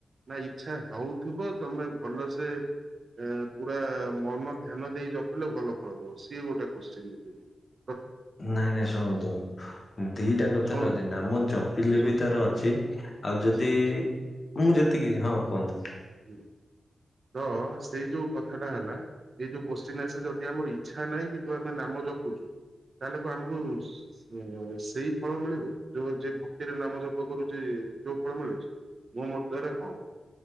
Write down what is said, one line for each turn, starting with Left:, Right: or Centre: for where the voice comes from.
Right: ନା ଇଚ୍ଛା ହଉଥିବ ତମେ ଭଲସେ ପୁରା ମନ ଧ୍ୟାନ ଦେଇ ଜପିଲେ ଭଲ ଫଳ ଦବ। ସିଏ ଗୋଟେ କୋଶ୍ଚନ୍। <unintelligible>
Left: ନାଇଁ ନାଇଁ ଶୁଣନ୍ତୁ, ଦିଟା କଥାରେ
Right: ଶୁଣ
Left: ଅଛି ନାମ ଜପିଲେ
Right: ଶୁ
Left: ବି ତାର ଅଛି। ଆଉ ଯଦି
Right: ଶୁଣ ଶୁଣ
Left: ମୁଁ ଯେତିକି ହଁ କୁହନ୍ତୁ।
Right: ହୁଁ। ତ ସେଇ ଯୋଉ କଥାଟା ହେଲା ଏଇ ଯୋଉ କୋଶ୍ଚିନ୍ ଆସେ ଯଦି ଆମର ଇଚ୍ଛା ନାହିଁ କିନ୍ତୁ ଆମେ ନାମ ଜପୁଚୁ ତାହେଲେ ଆମକୁ ଯେ ସେଇ ଫଳ ମିଳିବ। ଯୋଉ ଯିଏ ଭକ୍ତିରେ ନାମ ଜପ କରୁଚି ଯୋଉ ଫଳ ମିଳୁଚି। ମୋ ମତରେ ହଁ।